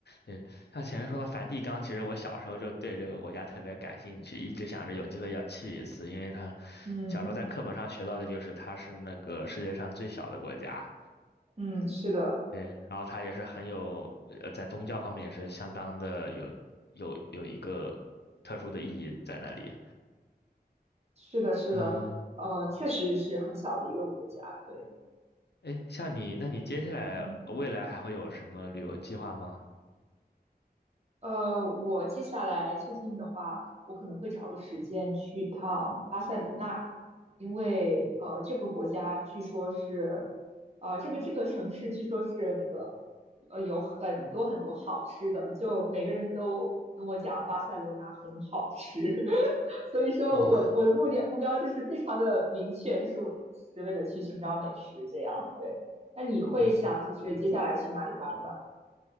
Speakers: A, on the left (about 85°); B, on the right (about 40°).
A: 嗯，像前面说的梵蒂冈，其实我小时候就对这个国家特别感兴趣，一直想着有机会要去一次，因为它
B: 嗯
A: 小时候在课本上学到的就是它是那个世界上最小的国家。
B: 嗯，是的，
A: 对，然后它也是很有，呃，在宗教方面也是相当的有有有一个特殊的意义在那里。
B: 是的，是的，
A: 嗯、
B: 呃，确实是很小的一个国家，对。
A: 呃，哎，像你，那你接下来未来还会有什么旅游计划吗？
B: 嗯，呃，我接下来最近的话，我可能会找个时间去趟巴塞罗那，因为呃，这个国家据说是，呃，这个这个城市据说是那个，呃，有很多很多好吃的，就每个人都跟我讲巴塞罗那很好吃，<laughs> 所以说我我的目的目标就是非常的明确，
A: 哦，
B: 就是我是为了去寻找美食这样。对，那你会想就是接下来去哪里玩一玩吗？
A: 您，